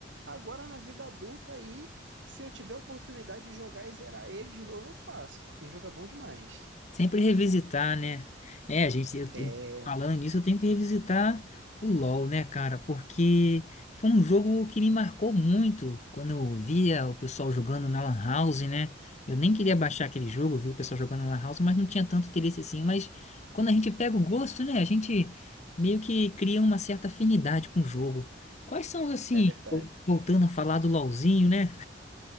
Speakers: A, on the right (about 70°); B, on the left (about 40°).
A: agora na vida adulta aí se eu tiver a oportunidade de jogar e zerar ele de novo, eu faço, porque o jogo é bom demais.
B: Sempre revisitar, né? É, a gente, eu,
A: É,
B: eu- falando nisso, eu tenho que revisitar o LoL, né, cara? Porque foi um jogo que me marcou muito quando eu via o pessoal jogando na Lan House, né? Eu nem queria baixar aquele jogo, viu o pessoal jogando na Lan House, mas não tinha tanto interesse assim. Mas quando a gente pega o gosto, né, a gente meio que cria uma certa afinidade com o jogo. Quais são, assim,
A: é verdade.
B: vo- voltando a falar do LoLzinho, né?